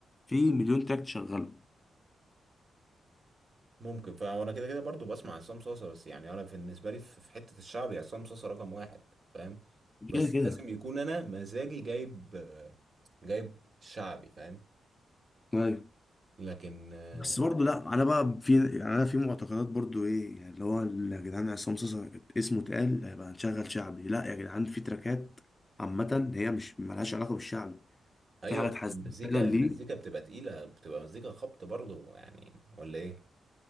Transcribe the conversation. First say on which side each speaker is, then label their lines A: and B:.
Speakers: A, on the left; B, on the right.
A: في مليون تراك تشغله
B: ممكن فانا كده كده برضو بسمع عصام صاصا بس يعني انا بالنسبه لي في في حته الشعبي عصام صاصا رقم واحد فاهم بس
A: كده كده
B: لازم يكون انا مزاجي جايب جايب شعبي فاهم
A: ايوه
B: لكن آه،
A: بس برضه لا انا بقى في يعني انا في معتقدات برضه ايه يعني اللي هو يا جدعان عصام صاصا اسمه اتقال هيبقى هنشغل شعبي لا يا جدعان في تراكات عامة هي مش ملهاش علاقة بالشعبي
B: ايوه
A: في حاجات
B: بس
A: حزينة
B: المزيكا
A: فعلا ليه
B: المزيكا بتبقى تقيله بتبقى مزيكا خبط برضو يعني ولا ايه